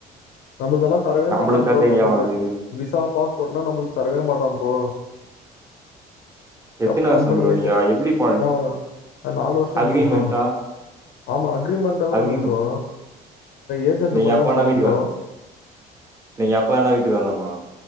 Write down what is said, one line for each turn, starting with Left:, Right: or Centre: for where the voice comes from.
Left: நம்மதெல்லா தரவே
Right: நம்மளுக்கு
Left: மாட்டா
Right: தான்
Left: ப்ரோ
Right: தெரியும்
Left: நம்மளது
Right: அந்த இது.
Left: விசா பாஸ்போட் எல்லா நம்மளுக்கு தரவே மாட்டா ப்ரோ கம்
Right: எத்தன வருஷம்
Left: கம்பெனி
Right: ப்ரோ?
Left: ஏஜென்ட்
Right: நீங்க எப்டி ப
Left: நா நாலு வருஷோ
Right: அக்ரிமெண்ட்டா?
Left: இருந்தே ப்ரோ ஆமா அக்ரிமெண்ட்யெல்லா
Right: அக்ரிமெண்ட்.
Left: இல்ல ப்ரோ ஏஜெண்ட்
Right: நீங்க
Left: மூலிமா
Right: எப்ப வேணா
Left: போன
Right: வீட்டுக்கு
Left: ப்ரோ
Right: வரலாம். நீங்க எப்பா வேணா வீட்டுக்கு வரலாமா